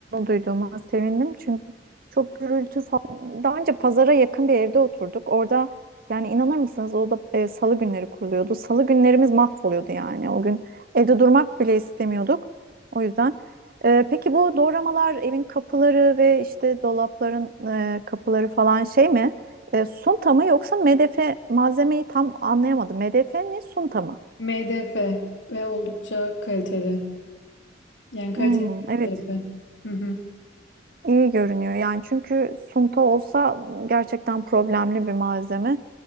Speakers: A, on the right; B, on the left.
A: duyduğuma sevindim çünkü çok gürültü falan. Daha önce pazara yakın bir evde oturduk. Orada yani inanır mısınız o da e, salı günleri kuruluyordu. Salı günlerimiz mahvoluyordu yani. O gün evde durmak bile istemiyorduk. O yüzden. E, peki bu doğramalar evin kapıları ve işte dolapların e, kapıları falan şey mi? E, sunta mı yoksa MDF malzemeyi tam anlayamadım. MDF mi sunta mı?
B: MDF ve oldukça kaliteli. Yani kaliteli
A: Hmm, evet.
B: MDF. Hı hı.
A: İyi görünüyor yani çünkü sunta olsa gerçekten problemli bir malzeme.